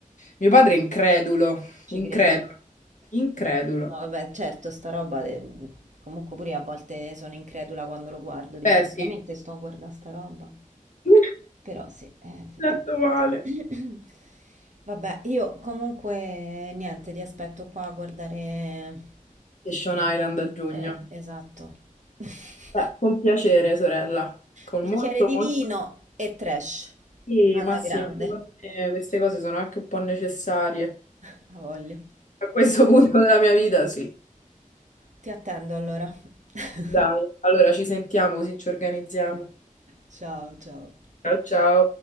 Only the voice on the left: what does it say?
mio padre è incredulo,
incredulo,
incredulo.
Eh
sì,
<laughs>
Detto male.
Station Island a giugno.
Eh, con piacere, sorella, con
molto,
molto...
Sì,
ma sì,
secondo me queste cose sono anche un po' necessarie.
A questo punto della mia vita, sì.
Dai, allora ci sentiamo così ci organizziamo.
Ciao, ciao.